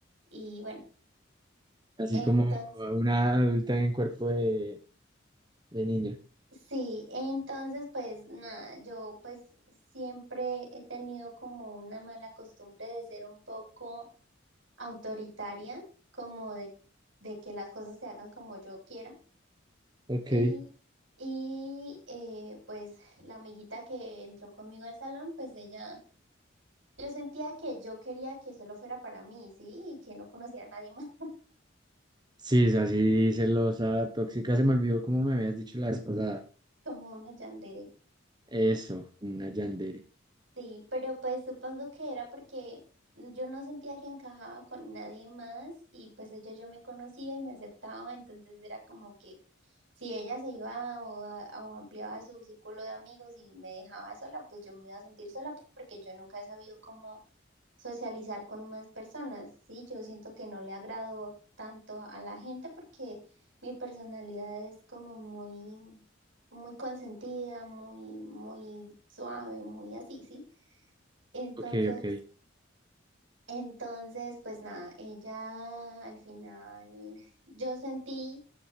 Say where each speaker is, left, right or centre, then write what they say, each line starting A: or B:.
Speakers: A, on the right (about 75°); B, on the right (about 20°).
A: Y bueno,
B: Así
A: entonces,
B: como una adulta en cuerpo de, de niña.
A: sí, entonces pues nada, yo pues siempre he tenido como una mala costumbre de ser un poco autoritaria, como de, de que las cosas se hagan como yo quiera.
B: Ok.
A: Y, y eh, pues la amiguita que entró conmigo al salón, pues ella, yo sentía que yo quería que solo fuera para mí, ¿sí? Y que no conociera a nadie más
B: Sí, es así celosa, tóxica, se me olvidó como me habías dicho la vez pasada.
A: <laughs> como una yandere.
B: Eso, una yandere.
A: Sí, pero pues supongo que era porque yo no sentía que encajaba con nadie más y pues ella ya me conocía y me aceptaba, entonces era como que si ella se iba o, a- o ampliaba su círculo de amigos y me dejaba sola, pues yo me iba a sentir sola porque yo nunca he sabido cómo socializar con más personas, ¿sí? Yo siento que no le agrado tanto a la gente porque mi personalidad es como muy, muy consentida, muy, muy suave, muy así, ¿sí? Entonces,
B: Ok, ok.
A: entonces, pues nada, ella al final, yo sentí